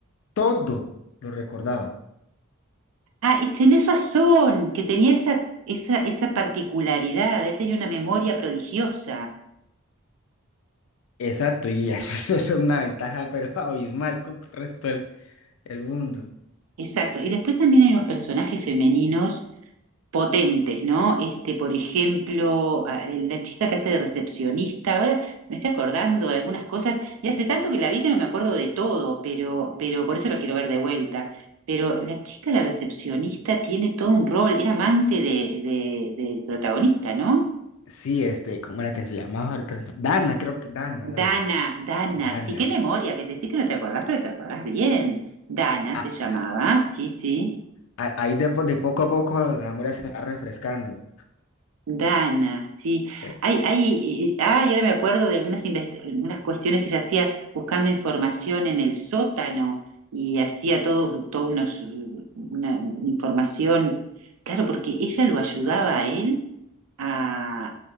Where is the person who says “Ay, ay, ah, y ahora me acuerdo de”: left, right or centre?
Right